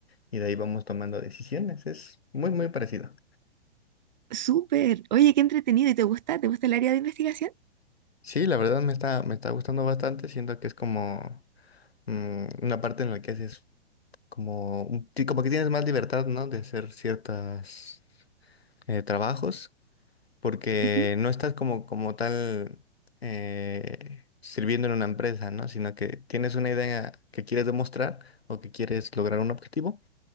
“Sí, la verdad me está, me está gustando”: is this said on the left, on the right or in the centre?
Left